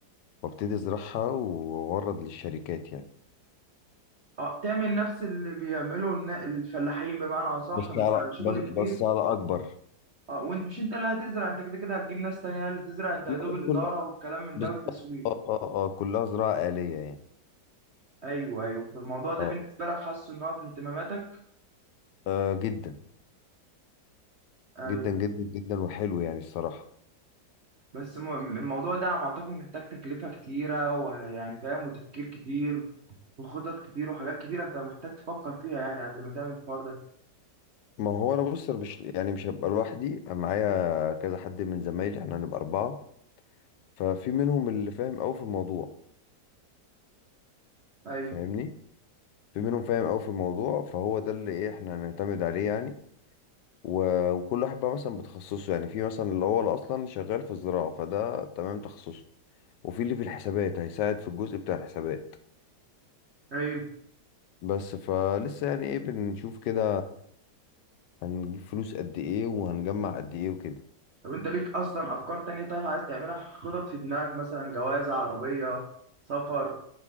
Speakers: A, on the left; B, on the right.
A: وابتدي ازرعها واورد للشركات يعني
B: اه تعمل نفس اللي بيعمله النا- الفلاحين بمعنى اصح
A: بس
B: بس
A: على
B: على شغل
A: بس,
B: كبير
A: بس على اكبر
B: اه وانت مش انت اللي هتزرع انت كده كده هتجيب ناس تانية هي اللي تزرع انت يا
A: لا
B: دوب الاداره
A: كلها
B: والكلام من
A: بس
B: ده والتسويق
A: اه اه اه كلها زراعة آلية يعني
B: ايوه ايوه فالموضوع ده
A: اه
B: بالنسبه لك حاسه ان هو في اهتماماتك
A: آه، جدا
B: ايوه
A: جدا جدا جدا وحلو يعني الصراحة
B: بس م- الموضوع ده على ما اعتقد محتاج تكلفه كتيره ويعني فاهم وتفكير كتير وخطط كتير وحاجات كتيره انت محتاج تفكر فيها يعني قبل ما تعمل الحوار ده
A: ما هو انا بص أنا مش يعني مش هبقى لوحدي أنا معايا كذا حد من زمايلي احنا هنبقى اربعة ففي منهم اللي فاهم قوي في الموضوع
B: ايوه
A: فاهمني في منهم فاهم قوي في الموضوع فهو ده اللي ايه احنا هنعتمد عليه يعني و- وكل واحد بقى مثلا بتخصصه يعني في مثلا اللي هو اللي اصلا شغال في الزراعة فده تمام تخصصه وفي اللي في الحسابات هيساعد في الجزء بتاع الحسابات
B: ايوه
A: بس فلسه يعني ايه بنشوف كده هنجيب فلوس قد ايه وهنجمع قد ايه وكده
B: طب انت ليك اصلا افكار تانية طيب عايز تعملها خطط في دماغك مثلا جواز عربيه سفر